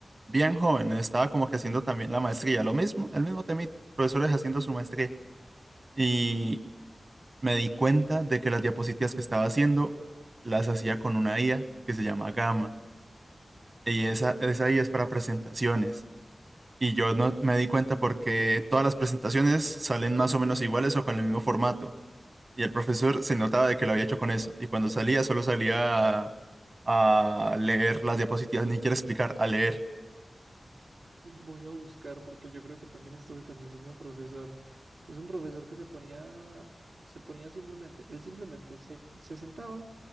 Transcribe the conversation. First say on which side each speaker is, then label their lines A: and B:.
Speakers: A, on the right (about 45°); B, on the right (about 80°).
A: bien joven, estaba como que haciendo también la maestría, lo mismo, el mismo temita, profesores haciendo su maestría. Y me di cuenta de que las diapositivas que estaba haciendo las hacía con una IA que se llama Gamma. Y esa, esa IA es para presentaciones. Y yo no me di cuenta porque todas las presentaciones salen más o menos iguales o con el mismo formato. Y el profesor se notaba de que lo había hecho con eso. Y cuando salía, solo salía a, a leer las diapositivas, ni quiere explicar, a leer.
B: Voy a buscar porque yo creo que también estuve con el mismo profesor. Es un profesor que se ponía, se ponía simplemente, él simplemente se, se sentaba,